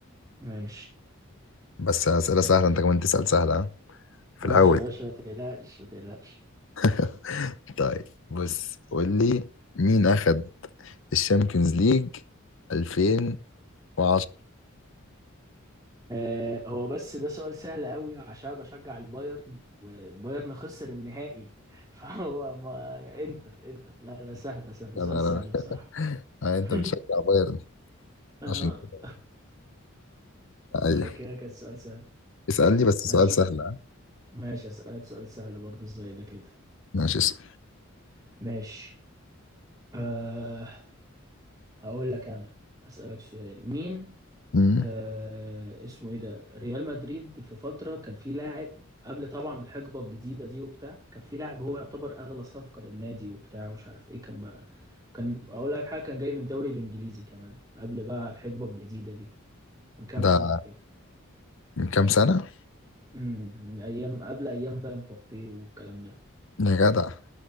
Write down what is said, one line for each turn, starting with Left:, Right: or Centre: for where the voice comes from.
Right: ماشي
Left: بس أسئلة سهلة انت كمان تسأل سهلة ها؟ في
Right: ماشي
Left: الاول
Right: يا باشا ما تقلقش ما تقلقش
Left: <laughs> طيب بص قول لي مين اخد الشامبيونز ليج 2010
Right: آه هو بس ده سؤال سهل قوي عشان بشجع البايرن والبايرن خسر النهائي <laughs> فهو ما انتر انتر لا لا سهلة سهلة
Left: يا
Right: سؤال
Left: نهار
Right: سهل
Left: أبيض.
Right: بصراحة
Left: <laughs> آه، انت
Right: <laughs>
Left: بتشجع بايرن
Right: اه
Left: عشان كده ايوه
Right: عشان كده كان السؤال سهل
Left: اسألني بس
Right: ماشي
Left: سؤال سهل ها؟
Right: ماشي أسألك سؤال سهل برضه زي ده كده
Left: ماشي اسأل
Right: ماشي آه هقول لك انا اسالك سؤال مين
Left: مم.
Right: آه اسمه ايه ده ريال مدريد في فتره كان في لاعب قبل طبعا الحقبه الجديده دي وبتاع كان في لاعب هو يعتبر اغلى صفقه للنادي وبتاع ومش عارف ايه كان بقى كان اقول لك حاجه كان جاي من الدوري الانجليزي كمان قبل بقى الحقبه الجديده دي من كام
Left: ده
Right: سنه كده
Left: من كام سنة
Right: امم من ايام قبل ايام بقى مبابي والكلام ده
Left: يا جدع